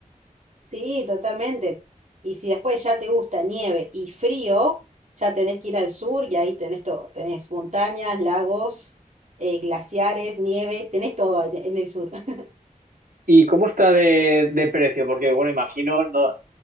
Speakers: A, on the right; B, on the right.
A: Sí, totalmente. Y si después ya te gusta nieve y frío, ya tenés que ir al sur y ahí tenés todo. Tenés montañas, lagos, eh, glaciares, nieve, tenés todo en, en el sur. <laughs>
B: ¿Y cómo está de, de precio? Porque, bueno, imagino, no,